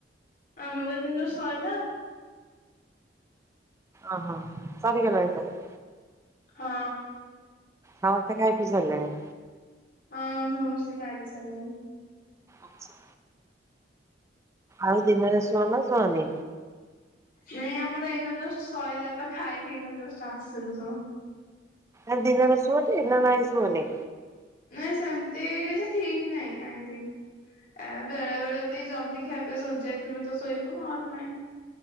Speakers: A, on the left; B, on the right.
A: ଆମର ଏଇନେ ଜଷ୍ଟ୍ ସଇଲା ଆଉ।
B: ଓ ହୋ ସରିିଗଲାଣି ତାହେଲେ?
A: ହଁ।
B: ସମସ୍ତେ ଖାଇ ପି ସାରିଲେଣି?
A: ହଁ ସମସ୍ତେ ଖାଇ ପି ସାରିଲେଣି।
B: ଅଛା। ଆଉ ଦିନେରେ ଶୁଅନା ଶୁଅନି?
A: ନାଇଁ ଆମର ଏଇନା ଜଷ୍ଟ୍ ସଇଲା ପା ଖାଇକି ଏଇନା ଜଷ୍ଟ୍ ଆସୁଥିଲୁ ସବୁ।
B: ଆଉ ଦିନେରେ ଶୁଅଟି ନାଁ ନାହିଁ ଶୁଅନି?
A: ନାଁ ସେମତି କିଛି ଠିକ୍ ନାହିଁ ଆଣ୍ଟି। ଏ ବେଳେ ବେଳେ ଯଦି ଜଲଦି ଖିଆ ପିଆ ସରିଯାଇଥିବ ତ ଶୋଇବୁ ନହେଲେ ନାଇଁ।